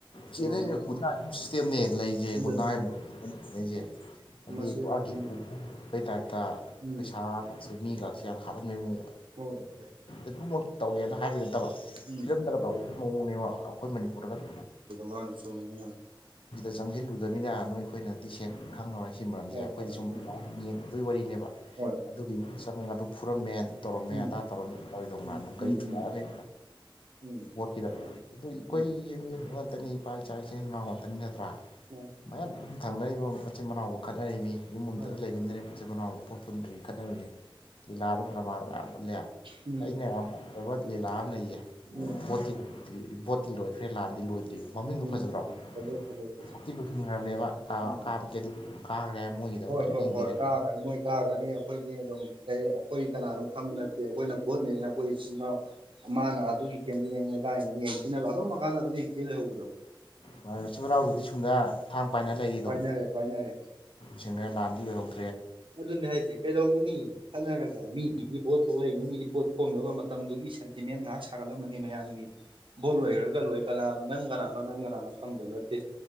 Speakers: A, on the left; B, on the right.
A: ꯆꯦꯟꯅꯩꯅꯦ
B: ꯌꯦꯡꯉꯣꯅꯦ
A: ꯒꯨꯟꯗꯥ ꯂꯩꯖ
B: ꯑꯗꯨꯅ
A: ꯒꯨꯟꯗꯥ
B: ꯍꯥꯏꯔꯤ
A: ꯃꯑꯣꯡꯅꯦ ꯂꯩꯅꯩꯖꯦ ꯍꯥꯏꯗꯤ
B: ꯃꯁꯤ ꯑꯗꯨꯅꯤ
A: ꯄꯣꯛꯑꯩ ꯇꯥꯏꯞꯇ
B: ꯎꯝ
A: ꯄꯩꯁꯥꯁꯨ ꯃꯤꯒꯁꯦ ꯍꯥꯠꯍꯟꯕꯣꯏꯃꯨꯛ
B: ꯍꯣꯢ ꯍꯣꯢ
A: ꯑꯗꯨꯃꯛ ꯇꯧꯋꯦꯅ ꯍꯥꯏꯕ ꯅꯠꯇꯕ
B: ꯎꯝ
A: ꯐꯤꯂꯝꯗꯒ ꯇꯧꯒꯤ ꯃꯑꯣꯡꯅꯦꯕ ꯑꯩꯈꯣꯏ ꯃꯅꯤꯄꯨꯔꯗꯒ
B: ꯃꯟꯅꯤ ꯁꯨꯝꯃꯤꯅꯦ ꯢꯌꯥꯝꯕ
A: ꯆꯪꯖꯤꯟꯂꯨ ꯑꯗꯨꯃꯤꯅ ꯅꯣꯏ ꯑꯩꯈꯣꯏꯅꯗꯤ ꯁꯦꯡ ꯈꯪꯉꯔꯣꯏ ꯁꯤ ꯃꯔꯝꯁꯦ
B: ꯍꯣꯏ
A: ꯑꯩꯈꯣꯏꯗꯤ
B: ꯍꯣꯏ
A: ꯁꯨꯝ
B: ꯎꯝ
A: ꯌꯦꯡꯗꯒꯤ ꯋꯥꯔꯤꯅꯦꯕ
B: ꯍꯣꯏ
A: ꯑꯗꯨꯒꯤ ꯆꯉ ꯑꯗꯨ ꯐꯨꯔꯝꯃꯦ ꯑꯗꯨ ꯇꯧꯔꯝꯃꯦ
B: ꯎꯝ
A: ꯑꯗꯥ ꯇꯧꯔꯝꯃꯦ ꯇꯧꯔꯤꯗꯧ
B: ꯎꯝ
A: ꯃꯥ ꯑꯗꯨꯝ
B: ꯎꯝ
A: ꯒꯔꯤ ꯊꯨꯒꯥꯏꯔꯝꯃꯦ
B: ꯎꯝ ꯎꯝ
A: ꯚꯣꯠꯀꯤꯗꯃꯛ ꯑꯗꯨ ꯑꯩꯈꯣꯏ
B: ꯎꯝ
A: ꯈꯛꯇꯅꯤ ꯏꯄꯥ ꯏꯆꯥꯥꯛ ꯏꯆꯦꯟ ꯉꯥꯛꯇꯅꯤ ꯅꯠꯇ꯭ꯔꯥ
B: ꯃꯥꯅꯦ
A: ꯃꯌꯥꯝ ꯊꯪꯅꯔꯤꯕ ꯃꯆꯤꯟ ꯃꯅꯥꯎꯕꯨ ꯈꯠꯅꯔꯤꯕꯅꯤ ꯌꯨꯝ ꯑꯝꯗ
B: ꯃꯥꯅꯦ
A: ꯂꯩꯃꯤꯟꯅꯔꯤꯕ ꯝꯆꯤꯟ ꯃꯅꯥꯎꯕ ꯄꯣꯠ ꯄꯨꯟꯗ꯭ꯔꯤ ꯈꯠꯅꯔꯤꯅꯦ ꯂꯤꯂꯥꯗ ꯗ꯭ꯔꯃꯥꯗ ꯃꯌꯥꯝ ꯎꯠꯂꯦ
B: ꯎꯝ
A: ꯑꯩꯅ ꯌꯥꯝ ꯄꯥꯝꯖꯕ ꯂꯤꯂꯥ ꯑꯃ ꯂꯩꯌꯦ
B: ꯎꯝ
A: ꯄꯣꯠꯇꯤ ꯕꯣꯠꯇꯤ ꯂꯣꯏꯈ꯭ꯔꯦ ꯂꯥꯟꯗꯤ ꯂꯣꯏꯗ꯭ꯔꯤ ꯃꯃꯤꯡꯗꯨ
B: ꯎꯝ ꯎꯝ
A: ꯐꯖꯗ꯭ꯔꯣ
B: ꯐꯖꯩ ꯐꯖꯩ ꯐꯖꯩ
A: ꯚꯣꯠꯇꯤ ꯂꯣꯏꯁꯤꯈ꯭ꯔꯕꯅꯦꯕ ꯀꯥ
B: ꯎꯝ
A: ꯀꯥꯕ ꯀꯦꯟꯗꯤ <unintelligible> ꯀꯥꯈ꯭ꯔꯦ ꯃꯣꯏꯒꯤꯗ
B: ꯍꯣꯏ
A: ꯑꯃꯨꯛ ꯀꯔꯤꯝ
B: ꯍꯣꯏ
A: ꯌꯦꯡꯕꯤꯔꯦ
B: ꯍꯣꯏ ꯀꯥꯈ꯭ꯔꯅꯤ ꯃꯣꯏ ꯀꯥꯈ꯭ꯔꯅꯤ ꯑꯩꯈꯣꯏꯗꯤ ꯑꯗꯨꯝ ꯀꯩ ꯑꯩꯈꯣꯏ ꯀꯅꯥꯅꯣ ꯈꯪꯕ ꯅꯠꯇꯦ ꯑꯩꯈꯣꯏꯅ ꯚꯣꯠꯅꯦꯅ ꯑꯩꯈꯣꯏ ꯏꯆꯤꯟꯅꯥꯎ ꯃꯥꯅ ꯑꯗꯨꯒꯤ ꯀꯦꯟꯗꯤꯗꯦꯠꯅꯤ ꯑꯗꯨꯗꯥꯏꯅ ꯌꯦꯡꯊꯤꯅꯕ ꯑꯗꯨꯝ ꯃꯈꯥꯇꯥꯅ ꯑꯗꯨꯝ ꯌꯦꯡꯊꯤꯅ ꯂꯩꯍꯧꯕꯗꯣ
A: ꯃꯥ ꯃꯆꯤꯟ ꯃꯅꯥꯎꯗꯨꯗꯤ ꯁꯨꯝꯗ ꯊꯥꯡ ꯄꯥꯏꯅ ꯂꯩꯔꯤꯗꯣ
B: ꯄꯥꯏꯅꯔꯦ ꯄꯥꯏꯅꯔꯦ
A: ꯁꯤꯟꯒ꯭ꯔꯦ ꯂꯥꯟꯗꯤ ꯂꯣꯏꯍꯧꯗ
B: ꯑꯗꯨꯅꯦ ꯍꯥꯏꯁꯦ ꯀꯩꯗꯧꯅꯅꯤ ꯈꯠꯅꯔꯒ ꯃꯤꯒꯤ ꯗꯤ ꯚꯣꯠ ꯊꯣꯛꯂꯛꯏꯅꯦ ꯃꯤꯒꯤꯗꯤ ꯕꯣꯠ ꯈꯣꯝꯅꯕ ꯃꯇꯝꯗꯨꯒꯤ ꯁꯦꯟꯇꯤꯃꯦꯟ ꯉꯥꯍꯥꯛ ꯁꯥꯒꯠꯂꯝꯃꯅꯤ ꯃꯌꯥꯝꯒꯤ ꯚꯣꯠ ꯂꯣꯏꯈ꯭ꯔꯒ ꯂꯣꯏ ꯀꯅꯥꯅꯣ ꯅꯪ ꯀꯅꯥꯅꯣ ꯅꯪ ꯀꯅꯥꯅꯣ ꯈꯪꯗꯧ ꯅꯠꯇꯦ